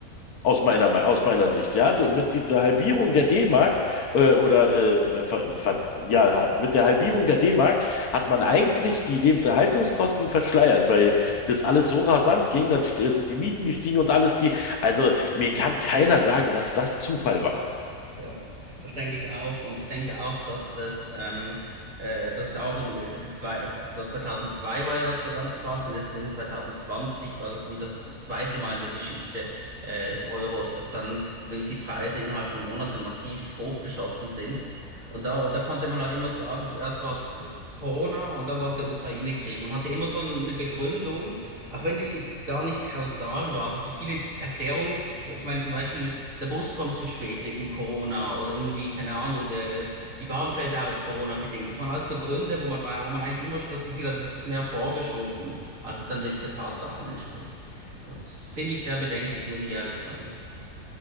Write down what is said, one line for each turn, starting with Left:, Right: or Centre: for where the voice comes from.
Left: Aus meiner,
Right: Ja.
Left: Me- aus meiner Sicht, ja. Du- Mit dieser Halbierung der D-Mark äh, oder äh, ver, ver, ja, ha- mit der Halbierung der D-Mark hat man eigentlich die Lebenserhaltungskosten verschleiert, weil das alles so rasant ging, dann st- sind die Mieten gestiegen und alles die. Also mir kann keiner sagen, dass das Zufall war.
Right: Ja, das denke ich auch. Und ich denke auch, dass es, ähm, äh, das ist auch in, äh, die zwei, also das war 2002 war ja das so ganz krass und jetzt eben 2020 war das wie das, das zweite Mal in der Geschichte, äh, des Euros, dass dann wirklich die Preise innerhalb von Monaten massiv hochgeschossen sind. Und da, da konnte man halt immer sagen, zuerst war es äh, Corona und dann war es der Ukraine-Krieg. Man hatte immer so eine Begründung, auch wenn die gar nicht kausal war. Also für viele Erklärungen, äh, ich meine zum Beispiel, der Bus kommt zu spät wegen Corona oder irgendwie, keine Ahnung, der, die Bahn fällt aus Corona bedingt. Das waren alles so Gründe, wo man war, wo man eigentlich immer schon das Gefühl hat, es ist mehr vorgeschoben, als es dann wirklich der Tatsachen entspricht. Und das finde ich sehr bedenklich, muss ich ehrlich sagen.